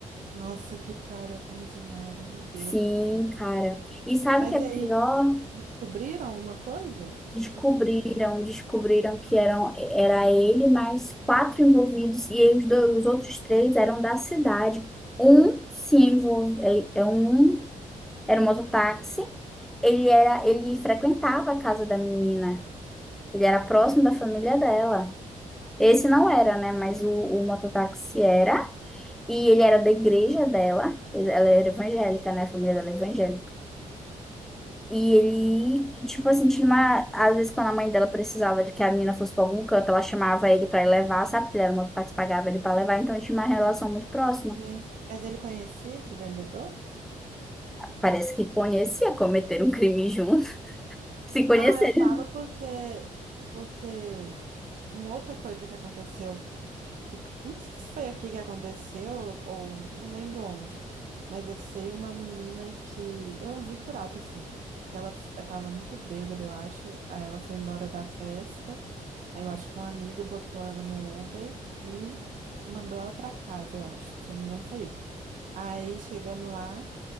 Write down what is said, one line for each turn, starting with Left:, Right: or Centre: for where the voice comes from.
Right: nossa, que cara ordinário, meu Deus
Centre: Sim,
Right: do céu.
Centre: cara. E sabe
Right: Mas
Centre: o que é
Right: e
Centre: pior?
Right: aí, descobriram alguma coisa?
Centre: Descobriram,
Right: O que aconteceu?
Centre: descobriram que eram, era ele mais quatro envolvidos e aí os, dois, os outros três eram da cidade. Um se envolve, é, é um era um mototáxi. Ele era, ele frequentava a casa da menina. Ele era próximo
Right: Gente,
Centre: da família dela. Esse não era, né? Mas o, o mototáxi era. E ele era da igreja dela. Ela era evangélica, né? A família dela é evangélica. E ele, tipo assim, tinha uma. Às vezes, quando a mãe dela precisava de que a menina fosse pra algum canto, ela chamava ele pra ir levar, sabe? Que ele era uma parte pagava ele pra levar, então tinha uma relação muito próxima.
Right: gente, mas ele conhecia esse vendedor?
Centre: Parece que conhecia, cometeram um crime juntos. <laughs> Se conhecerem.
Right: Não, eu falo porque, porque uma outra coisa que aconteceu. que não sei se foi aqui que aconteceu ou não lembro onde, mas eu sei uma menina que eu vi por alto assim, que ela estava muito bêbada, eu acho, aí ela foi embora da festa, aí eu acho que um amigo botou ela no Uber e mandou ela para casa, eu acho, se eu não me engano foi isso. Aí chegando lá